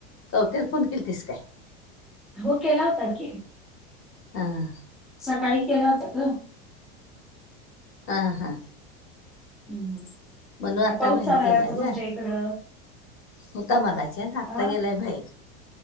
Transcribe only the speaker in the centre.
हो केला होता की.
सकाळी केला होत ग.
हम्म हम्म
काय पाऊस
चालाय
वाटतो
तुमच्या इकडं.
हा